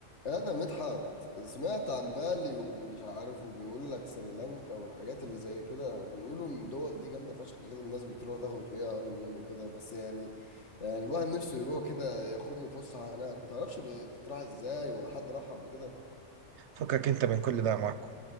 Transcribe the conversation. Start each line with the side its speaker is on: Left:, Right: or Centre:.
Left: انا مدحت سمعت عن بالي ومش عارف وبيقول لك سريلانكا والحاجات اللي زي كده بيقولوا ان الدول دي جامده فشخ كده الناس بتروح تاخد فيها هانيمون وكده بس يعني يعني الواحد نفسه يروح كده ياخد له فسحه هناك ما تعرفش بتتراح ازاي ولا حد راح قبل كده
Right: فكك انت من كل ده يا ماركو